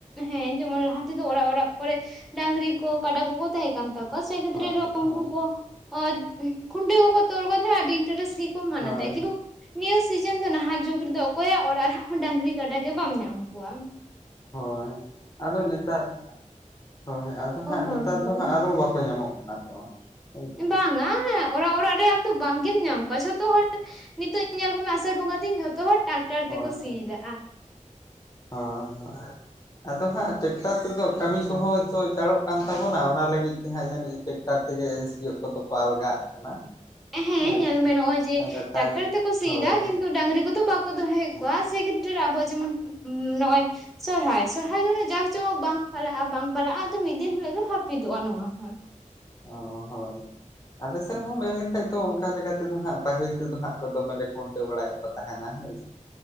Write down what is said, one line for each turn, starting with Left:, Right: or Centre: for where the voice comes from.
Centre: ᱦᱮᱸ ᱡᱮᱢᱚᱱ ᱞᱟᱦᱟ ᱛᱮᱫᱚ ᱚᱨᱟᱜ ᱚᱨᱟᱜ ᱠᱚᱨᱮ ᱰᱟᱹᱝᱨᱤ ᱠᱟᱰᱟ ᱠᱚᱠᱚ ᱛᱟᱦᱮᱸ ᱠᱟᱱ ᱛᱟ ᱠᱚ ᱥᱮ ᱠᱷᱮᱛᱨᱮ
Left: ᱦᱳᱭ
Centre: ᱨᱮ ᱩᱝᱠᱩ
Left: ᱦᱳᱭ
Centre: ᱠᱚ ᱚ ᱠᱷᱩᱱᱴᱟᱹ ᱠᱟᱠᱚ ᱛᱚᱞ ᱠᱚ ᱛᱟᱦᱮᱸᱜ ᱟᱹᱰᱤ ᱤᱱᱴᱟᱨᱮᱥ ᱜᱮᱠᱚ ᱢᱟᱱᱟᱣ
Left: ᱦᱳᱭ
Centre: ᱛᱟᱦᱮᱸᱜ-ᱟ, ᱠᱤᱱᱛᱩ ᱱᱤᱭᱟᱹ ᱥᱤᱡᱤᱱ ᱫᱚ ᱱᱟᱦᱟᱜ ᱡᱩᱜᱽ ᱨᱮᱫᱚ ᱚᱠᱚᱭᱟᱜ ᱚᱲᱟᱜ ᱨᱮᱦᱚ ᱰᱟᱹᱝᱨᱤ ᱜᱟᱰᱟ ᱜᱮ ᱵᱟᱢ ᱧᱟᱢ ᱠᱚᱣᱟᱢ᱾
Left: ᱦᱳᱭ ᱟᱫᱚ ᱱᱮᱛᱟ ᱦᱳᱭ ᱟᱫᱚ ᱦᱟᱸᱜ
Centre: ᱦᱳᱭ
Left: ᱱᱮᱛᱟᱨ
Centre: ᱦᱳᱭ
Left: ᱫᱚ ᱦᱟᱸᱜ ᱟᱨᱚ ᱵᱟ ᱠᱚ ᱧᱟᱢᱚᱜ ᱠᱟᱱᱟ ᱛᱚ᱾ ᱦᱳᱭ ᱥᱮ᱾
Centre: ᱵᱟᱝᱟ ᱚᱨᱟᱜ ᱚᱨᱟᱜ ᱨᱮ ᱟᱢ ᱫᱚ ᱵᱟᱝᱜᱮᱢ ᱧᱟᱢ ᱠᱚᱣᱟ ᱡᱷᱚᱛᱚ ᱦᱚᱲ ᱱᱤᱛᱚᱜ ᱧᱮᱞ ᱠᱚᱢᱮ ᱟᱥᱟᱲ ᱵᱚᱸᱜᱟ ᱫᱤᱱ ᱡᱷᱚᱛᱚ ᱦᱚᱲ ᱴᱟᱠᱴᱟᱨ
Left: ᱦᱳᱭ
Centre: ᱛᱮᱠᱚ ᱥᱤᱭᱫᱟ᱾
Left: ᱦᱳᱭ ᱦᱳᱭ ᱦᱳᱲᱟ ᱟᱫᱚ ᱦᱟᱸᱜ ᱴᱮᱠᱴᱟᱨ ᱛᱮᱫᱚ ᱠᱟᱹᱢᱤ ᱠᱚᱦᱚᱸ ᱛᱚ ᱪᱟᱲᱚᱜ ᱠᱟᱱ ᱛᱟᱵᱚᱱᱟ ᱚᱱᱟ ᱞᱟᱹᱜᱤᱫ ᱛᱮᱦᱟᱸᱜ ᱡᱟᱹᱱᱤᱡ ᱴᱮᱠᱴᱟᱨ ᱛᱮᱜᱮ ᱥᱤᱭᱳᱜ ᱠᱚᱫᱚ ᱠᱚ ᱟᱞᱜᱟᱜᱟᱜ ᱠᱟᱱᱟ᱾
Centre: ᱦᱮᱸ
Left: ᱦᱳᱭ
Centre: ᱧᱮᱞ
Left: ᱥᱮ
Centre: ᱢᱮ ᱱᱚᱜ-ᱚᱭ ᱡᱮ
Left: ᱟᱫᱚ ᱴᱟᱭᱤᱢ
Centre: ᱴᱟᱠᱴᱟᱨ ᱛᱮᱠᱚ ᱥᱤᱭᱫᱟ
Left: ᱦᱳᱭ
Centre: ᱠᱤᱱᱛᱩ ᱰᱟᱹᱝᱨᱤ ᱠᱚᱫᱚ ᱵᱟᱠᱚ ᱫᱚᱦᱚᱭᱮᱜ
Left: ᱦᱳᱭ
Centre: ᱠᱚᱣᱟ᱾ ᱥᱮ ᱠᱷᱮᱛᱨᱮ ᱨᱮ ᱟᱵᱚᱣᱟᱜ ᱡᱮᱢᱚᱱ ᱱᱚᱜᱚᱭ ᱥᱚᱨᱦᱟᱭ ᱥᱚᱨᱦᱟᱭ ᱫᱚ ᱩᱱᱟᱹᱜ ᱡᱟᱠ ᱡᱚᱢᱚᱠ ᱵᱟᱝ ᱯᱟᱞᱟᱜ ᱟ ᱵᱟᱝ ᱯᱟᱞᱟᱜ-ᱟ, ᱛᱚ ᱢᱤᱫ ᱫᱤᱱ ᱦᱤᱞᱳᱜ ᱫᱚ ᱦᱟᱹᱯᱤᱫᱚᱜ-ᱟ ᱱᱚᱣᱟ ᱦᱚᱸ᱾
Left: ᱚ ᱦᱳᱭ ᱟᱞᱮ ᱥᱮᱱ ᱦᱚᱸ ᱢᱮᱱ ᱞᱮᱠᱷᱟᱡ ᱫᱚ ᱚᱝᱠᱟ ᱞᱮᱠᱟ ᱛᱮᱫᱚ ᱦᱟᱸᱜ ᱯᱟᱹᱦᱤᱞ ᱛᱮᱫᱚ ᱦᱟᱸᱜ ᱠᱚ ᱫᱚᱢᱮᱞᱮ ᱠᱷᱩᱱᱴᱟᱹᱣ ᱵᱟᱲᱟᱭᱮᱜ ᱠᱚ ᱛᱟᱦᱮᱱᱟ ᱦᱳᱭ᱾